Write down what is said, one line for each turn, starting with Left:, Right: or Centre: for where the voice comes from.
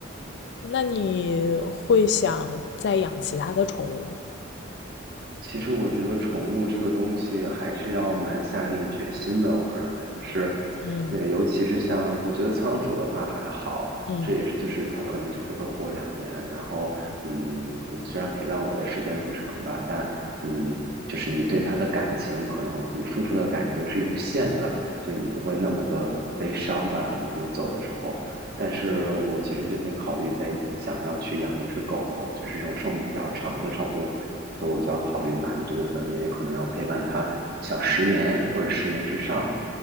Left: 那你会想再养其他的宠物吗？
Right: 其实我觉得宠物这个东西还是要蛮下定决心的。我认为就是，
Left: 嗯
Right: 呃，尤其是像我觉得仓鼠的话还好，
Left: 嗯嗯
Right: 这也是就是它可能就只会活两年。然后，嗯，可能虽然陪伴我的时间不长吧，但嗯，就是你对它的感情，可能你付出的感情是有限的，就你不会那么的悲伤吧。等它们走的时候。但是我其实最近考虑在想要去养一只狗狗，就是这种寿命比较长的宠物，所以我就要考虑蛮多的，因为可能要陪伴它小十年或者十年之上，